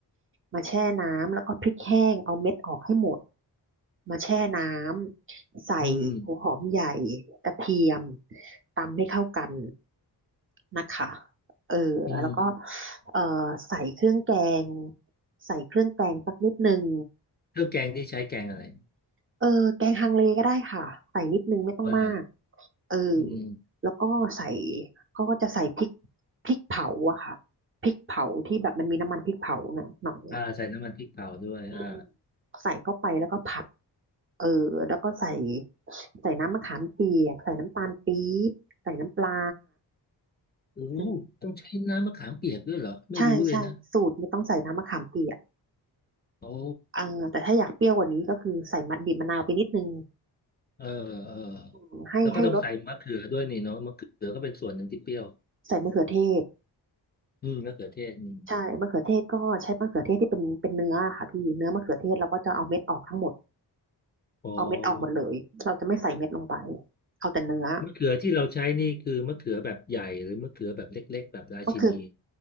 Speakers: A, on the right; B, on the left.
A: มาแช่น้ำแล้วก็พริกแห้งเอาเม็ดออกให้หมดมาแช่น้ำใส่หัวหอมใหญ่
B: อืม
A: กระเทียมตำให้เข้ากันนะคะเออแล้วก็
B: อืม
A: เออใส่เครื่องแกงใส่เครื่องแกงสักนิดนึง
B: เครื่องแกงนี่ใช้แกงอะไร
A: เออแกงฮังเลก็ได้ค่ะใส่นิดนึงไม่ต้องมาก
B: อ๋อเหรอ
A: เออ
B: อืม
A: แล้วก็ใส่ก็จะใส่พริกพริกเผาอะค่ะพริกเผาที่แบบมันมีน้ำมันพริกเผาหน่อยหน่อย
B: อ่าใส่น้ำมันพริกเผาด้วยอ่า
A: อืมใส่เข้าไปแล้วก็ผัดเออแล้วก็ใส่ใส่น้ำมะขามเปียกใส่น้ำตาลปี๊บใส่น้ำปลา
B: โอ้
A: อืม
B: ต้องใช้น้ำมะขามเปียกด้วยเหรอไม่รู้เลยนะ
A: ใช่ใช่สูตรไม่ต้องใส่น้ำมะขามเปียก
B: โอ้
A: เอ่าแต่ถ้าอยากเปรี้ยวกว่านี้ก็คือใส่มะบีบมะนาวไปนิดนึง
B: เออเออ
A: อืมให้ให้รส
B: แล้วก็ต้องใส่มะเขือด้วยนี่เนาะมะเขือก็เป็นส่วนหนึ่งที่เปรี้ยว
A: ใส่มะเขือเทศ
B: อืมมะเขือเทศอืม
A: ใช่มะเขือเทศก็ใช้มะเขือเทศที่เป็นเป็นเนื้อค่ะพี่เนื้อมะเขือเทศเราก็จะเอาเม็ดออกทั้งหมด
B: อ๋อ
A: เอาเม็ดออกหมดเลยเราจะไม่ใส่เม็ดลงไปเอาแต่เนื้อ
B: มะเขือที่เราใช้นี่คือมะเขือแบบใหญ่หรือมะเขือแบบเล็กๆแบบราชินี
A: มะเขือ